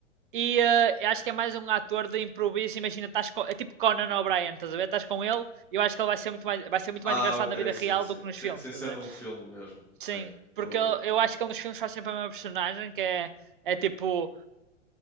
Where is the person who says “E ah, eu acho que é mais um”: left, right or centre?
Right